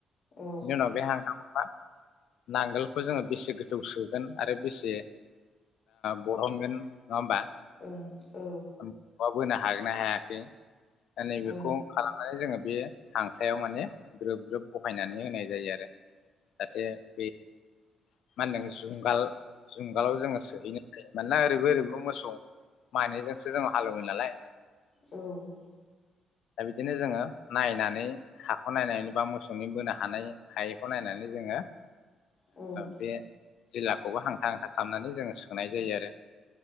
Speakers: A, on the left; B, on the left.
A: ओं
B: बिनि उनाव बे हांथाखौ मा नांगोलखौ जोङो बेसे गोथां थौ सोगोन आरो बेसे बरहनगोन नङा होमबा
A: औ ओं औ
B: <unintelligible> बोनो हागोन ना हायाखै दा नैबेखौ
A: ओं औ
B: खालामनानै जोङो बे हांथायाव माने ग्रोब ग्रोब बहायनानै होनाय जायो आरो। जाहाथे बे मा होनदों जुंगाल जुंगालाव जोङो सोहैनो हायो। मानोना ओरैबो ओरैबो मोसौ मानैजोंसो जों हालेवो नालाय
A: औ
B: दा बिदिनो जोङो नायनानै हाखौ नायनानै बा मोसौनि बोनो हानाय हायैखौ नायनानै जोङो। <inaudible>
A: औ
B: बे जिल्लाखौबो हांथा हांथा खालामनानै जोङो सोनाय जायो आरो